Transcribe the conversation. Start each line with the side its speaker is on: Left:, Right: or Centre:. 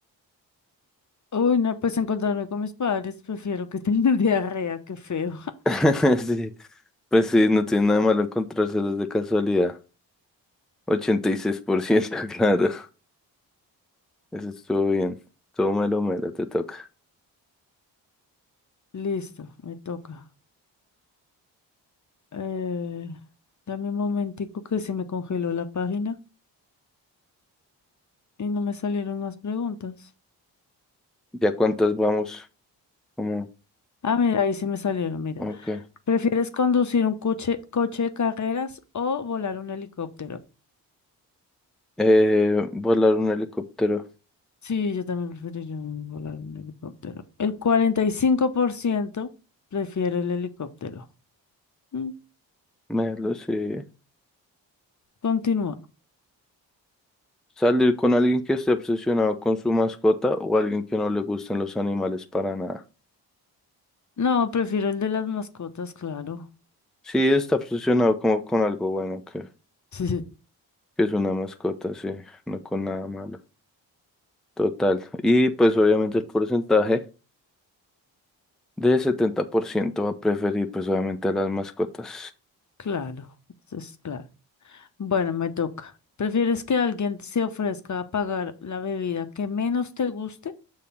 Left: Uy, no, pues encontrarme con mis padres, prefiero que tener <laughs> diarrea, qué feo.
Centre: <laughs> Sí, pues sí, no tiene nada malo encontrárselos de casualidad. 86%, <laughs> claro. Eso estuvo bien. Todo melo, melo, te toca.
Left: <laughs> Listo, me toca. Eh, dame un momentico que se me congeló la página y no me salieron más preguntas.
Centre: ¿Ya cuántas vamos? Como,
Left: Ah, mira, ahí sí me salieron, mira.
Centre: ok.
Left: ¿Prefieres conducir un coche, coche de carreras o volar un helicóptero?
Centre: Eh, volar un helicóptero.
Left: Sí, yo también preferiría un- volar un helicóptero. El 45% prefiere el helicóptero. Mm,
Centre: Melo, sí.
Left: Continúa.
Centre: Salir con alguien que esté obsesionado con su mascota o alguien que no le gusten los animales para nada.
Left: No, prefiero el de las mascotas, claro.
Centre: Sí, está obsesionado como con algo bueno, que,
Left: <laughs>
Centre: que es una mascota, sí, no con nada malo. Total. Y pues obviamente el porcentaje de 70% va a preferir pues obviamente a las mascotas.
Left: claro, eso es claro. Bueno, me toca. ¿Prefieres que alguien se ofrezca a pagar la bebida que menos te guste